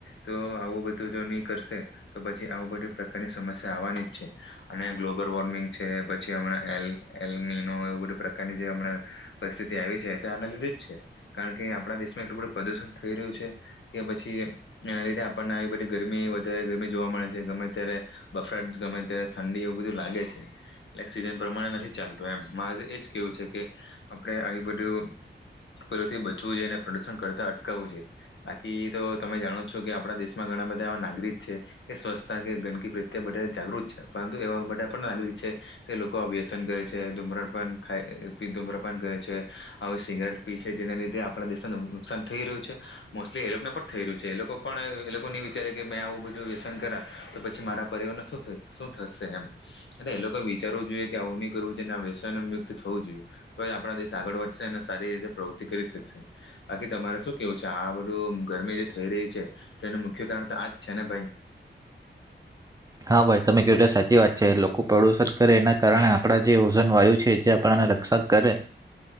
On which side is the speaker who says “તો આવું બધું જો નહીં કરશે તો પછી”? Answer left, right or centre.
Left